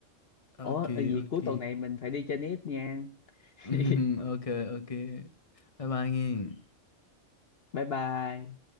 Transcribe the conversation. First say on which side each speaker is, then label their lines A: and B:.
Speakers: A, on the left; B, on the left.
A: Ủa,
B: ok
A: vậy
B: ok
A: cuối tuần này mình phải đi chơi nít nha. <laughs>
B: <laughs> Ok, ok. Bye bye nghe.
A: Bye bye.